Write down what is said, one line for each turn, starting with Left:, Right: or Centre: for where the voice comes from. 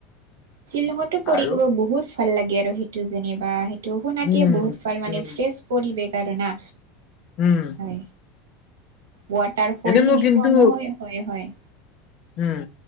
Right: শ্বিলঙতো পঢ়ি
Left: আৰু
Right: গৈ বহুত ভাল লাগে আৰু সেইটো যেনিবা সেইটো সোণতি
Left: উম
Right: বহুত ভাল মানে
Left: উম
Right: ফ্ৰেছ পৰিৱেশৰ‌ হয় না।
Left: উম।
Right: হয়। ৱাটাৰফলখিনি
Left: এনে মোৰ কিন্তু
Right: পোৱা <unintelligible> হয়, হয়।
Left: উম।